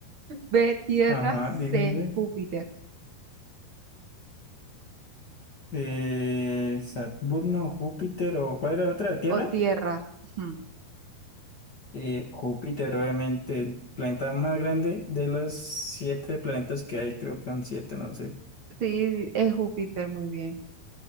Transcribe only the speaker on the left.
Ajá,
dime, güey.
Eh, Saturno, Júpiter, o ¿cuál era la otra? ¿Tierra?
Eh, Júpiter, obviamente, el planeta más grande de los siete planetas que hay, creo que son siete, no sé.